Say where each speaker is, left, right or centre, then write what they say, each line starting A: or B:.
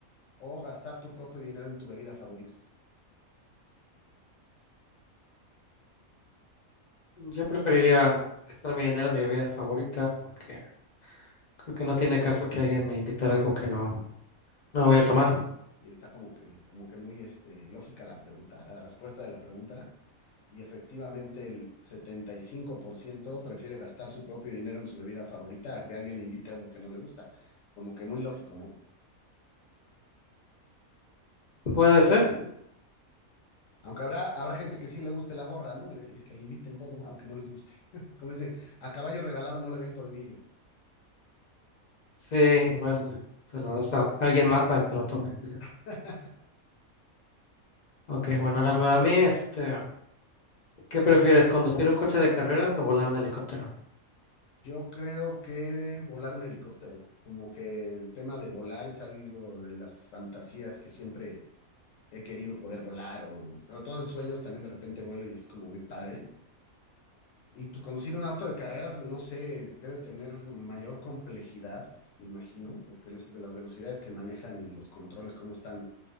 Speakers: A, on the left; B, on the left.
A: o gastar tu propio dinero en tu bebida favorita?
B: Yo preferiría gastar mi dinero en mi bebida favorita porque creo que no tiene caso que alguien me invitara algo que no, no voy a tomar.
A: Y está como que, como que muy este, lógica la pregunta, la respuesta de la pregunta. Y efectivamente el 75% prefiere gastar su propio dinero en su bebida favorita a que alguien le invite algo que no le gusta. Como que muy lógico, ¿no?
B: ¿Puede ser?
A: Aunque habrá, habrá gente que sí le guste la gorra, ¿no? El- el que le inviten todo, aunque no les guste. <laughs> Como dicen, a caballo regalado no le ven colmillo.
B: Sí, igual se la das a alguien más para que se la tome.
A: <laughs>
B: Ok, bueno, ahora me va a mí, este, ¿qué prefieres, conducir un coche de carreras o volar un helicóptero?
A: Yo creo que volar un helicóptero, como que el tema de volar es algo de las fantasías que siempre he querido poder volar, o sobre todo en sueños también de repente vuelo y es como muy padre. Y pues conducir un auto de carreras, no sé, debe tener mayor complejidad, me imagino, porque las las velocidades que manejan y los controles, cómo están